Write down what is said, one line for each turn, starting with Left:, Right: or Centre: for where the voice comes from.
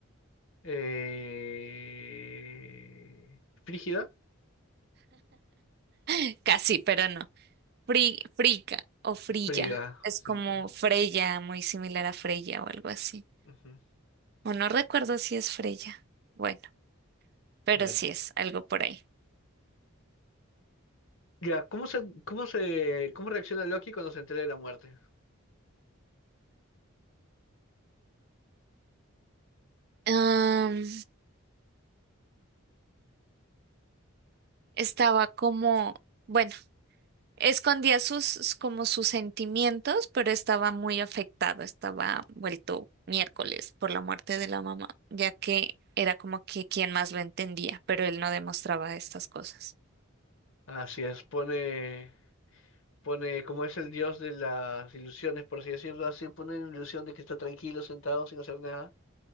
Left: Eh... ¿Frígida?
Right: <laughs> Casi, pero no. Fri Friga o Frilla.
Left: Friga,
Right: Es como
Left: friga.
Right: Freya, muy similar a Freya o algo así.
Left: Ujú.
Right: O no recuerdo si es Freya. Bueno, pero
Left: Vale.
Right: sí es algo por ahí.
Left: Ya, ¿cómo se, cómo se, cómo reacciona Loki cuando se entera de la muerte?
Right: Am, estaba como, bueno. Escondía sus, como sus sentimientos, pero estaba muy afectado, estaba vuelto miércoles por la muerte de la mamá, ya que era como que quien más lo entendía, pero él no demostraba estas cosas.
Left: Así es, pone, pone, como es el dios de las ilusiones, por así decirlo, así pone la ilusión de que está tranquilo, sentado, sin hacer nada,